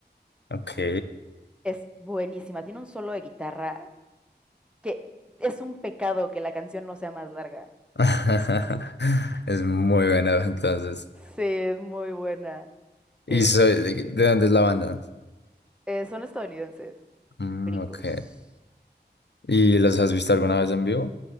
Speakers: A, on the left; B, in the centre.
A: Ok.
B: Es buenísima, tiene un solo de guitarra que es un pecado que la canción no sea más larga.
A: <laughs> Es muy buena, entonces.
B: Sí, es muy buena.
A: ¿Y
B: Este,
A: soy, de, de dónde es la banda?
B: eh, son estadounidenses,
A: Mm,
B: gringos.
A: ok. ¿Y los has visto alguna vez en vivo?